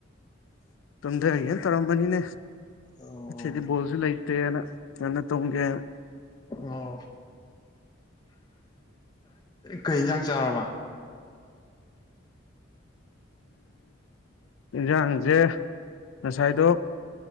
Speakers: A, on the left; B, on the left.
A: ꯇꯨꯝꯊ ꯍꯦꯅ ꯇꯧꯔꯝꯕꯅꯤꯅꯦ
B: ꯑꯣ
A: ꯁꯤꯗꯤ ꯕꯣꯜꯁꯨ ꯂꯩꯇꯦꯅ ꯅꯅ ꯇꯨꯨꯡꯦ
B: ꯑꯣ ꯀꯩ ꯏꯟꯁꯥꯡ ꯆꯥꯔꯕ
A: ꯏꯟꯁꯥꯡꯁꯦ ꯉꯁꯥꯏꯗꯣ